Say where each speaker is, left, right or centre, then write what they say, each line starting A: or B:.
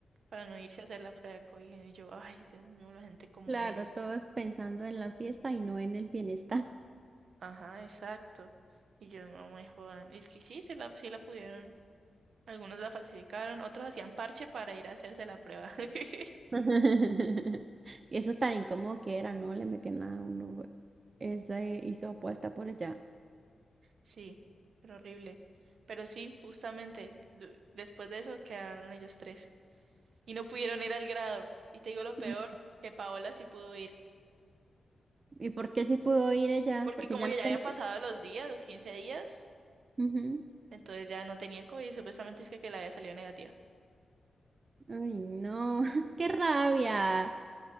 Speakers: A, on the right; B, on the right.
A: para no irse a hacer la prueba de COVID. Y yo, ay, Dios mío, la gente como
B: Claro,
A: es.
B: todos pensando en la fiesta y no en el bienestar.
A: Ajá, exacto. Y yo no me jodan. Es que sí, se la, sí la pudieron. Algunos la falsificaron, otros hacían parche para ir a hacerse la prueba. <laughs>
B: <laughs> Y eso tan incómodo que era, ¿no? Le metían a uno güey, esa eh, hizo opuesta por allá.
A: Sí, pero horrible. Pero sí, justamente, lu- después de eso quedaron ellos tres. Y no pudieron ir al grado. Y te digo lo peor,
B: Ujú.
A: que Paola sí pudo ir.
B: ¿Y por qué sí pudo ir ella?
A: Porque
B: Porque
A: como
B: ya
A: que
B: no
A: ya
B: tenía.
A: habían pasado los días, los 15 días,
B: Ujú.
A: entonces ya no tenía COVID y supuestamente es que, que la había salido negativa.
B: Ay, no, <laughs> qué rabia.